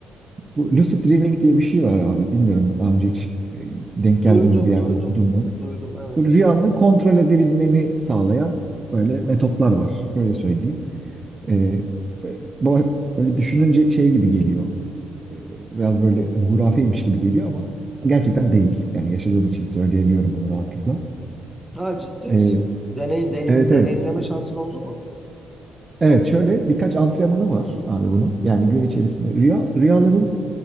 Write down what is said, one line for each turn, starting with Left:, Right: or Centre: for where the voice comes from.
Right: Bu lucid dreaming diye bir şey var abi. Bilmiyorum daha önce hiç e, denk geldin
Centre: Duydum,
Right: mi bir yerde
Centre: duydum.
Right: okudun mu?
Centre: Duydum, evet.
Right: Böyle rüyanı kontrol edebilmeni sağlayan böyle metotlar var. Böyle söyleyeyim. E, bu- böyle düşününce şey gibi geliyor. E, biraz böyle hani hurafeymiş gibi geliyor ama gerçekten değil. Yani yaşadığım için söyleyebiliyorum bunu rahatlıkla.
Centre: Ha ciddi
Right: E,
Centre: misin? Deney, deneyim,
Right: evet
Centre: deneyimleme
Right: evet.
Centre: şansın oldu mu?
Right: Evet şöyle birkaç antrenmanı var abi bunun. Yani gün içerisinde rüya rüyaların